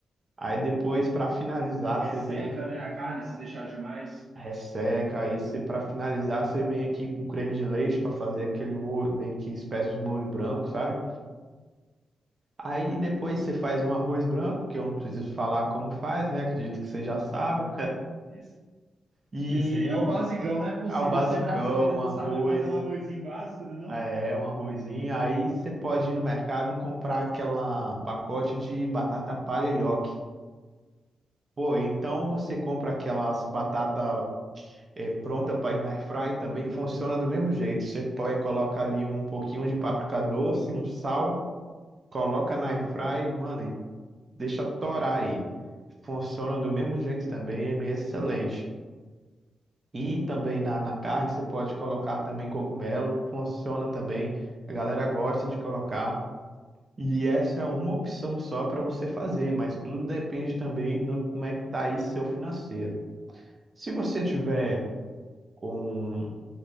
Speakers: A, on the right (about 30°); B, on the right (about 60°).
A: Aí depois, para finalizar,
B: Resseca,
A: você vem.
B: né, a carne se deixar demais.
A: Resseca, aí você para finalizar, você vem aqui com creme de leite para fazer aquele molho, meio que espécie de molho branco, sabe? Aí depois você faz um arroz branco, que eu não preciso falar como faz, né? Acredito que você já sabe.
B: Esse,
A: E
B: esse aí é o basicão, não é possível
A: ao basicão,
B: ser brasileiro
A: um
B: e não
A: arroz,
B: saber fazer um arrozinho básico, não é não?
A: é, um arrozinho. Aí você pode ir no mercado e comprar aquela pacote de batata palha nhoque. Pô, então você compra aquelas batata é, pronta para ir na air fry também funciona do mesmo jeito. Você pode colocar ali um pouquinho de páprica doce, um sal, coloca na air fry mano, e deixa torar aí. Funciona do mesmo jeito também, é excelente. E também na, na carne você pode colocar também cogumelo, funciona também. A galera gosta de colocar. E essa é uma opção só para você fazer, mas tudo depende também no como é que tá aí seu financeiro. Se você tiver com